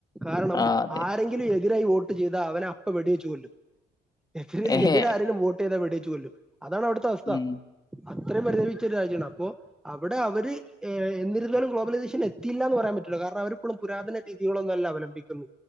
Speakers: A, in the centre; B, on the left (about 25°).
A: കാരണം
B: ആ അതെ.
A: ആരെങ്കിലും എതിരായി ഓർക്കാ അവനെ അപ്പ വെടിവെച്ചു കൊല്ലും എതി
B: ഏഹേ.
A: എതിരരെലും വോട്ട് ചെയ്താൽ വെടിവെച്ചു കൊല്ലും അതാണ് ഔട്ത്തെ അവസ്ഥ
B: ഉം.
A: അത്രയും പരിതമിച്ച ഒര് രാജ്യാണ് അപ്പോ അവ്ടെ അവര് ഏ എന്നിരുന്നാലും ഗ്ലോബലിമിഷൻ എത്തിയില്ല ന്ന് പറയാം പറ്റില്ല കാരണം അവരിപ്പളും പുരാതന രീതികളൊന്നുല്ല അവലംബിക്കുന്നു